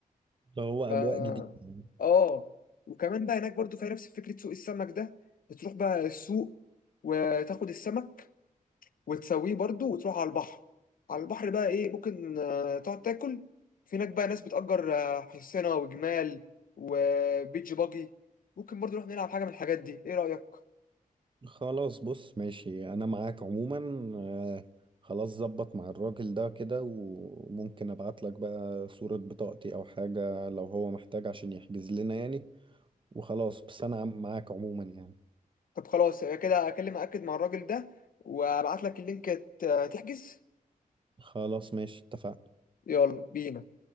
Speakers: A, on the right; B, on the left.
A: ده هو أجواء
B: ف
A: جديدة يعني
B: اه وكمان بقى هناك برضو فيها نفس فكره سوق السمك ده بتروح بقى السوق وتاخد السمك وتسويه برضو وتروح على البحر على البحر بقى ايه ممكن آه، تقعد تاكل في هناك بقى ناس بتأجر آه، حصينة وجمال وبيتش باجي ممكن برضو نروح نلعب حاجة من الحاجات دي ايه رأيك
A: خلاص بص ماشي أنا معاك عموما آه، خلاص ظبط مع الراجل ده كده وممكن أبعت لك بقى صورة بطاقتي أو حاجة لو هو محتاج عشان يحجز لنا يعني وخلاص بس أنا عم- معاك عموما يعني
B: طب خلاص يبقى كده اكلم اكد مع الراجل ده وابعت لك اللينك ت- تحجز
A: خلاص ماشي اتفقنا
B: يلا بينا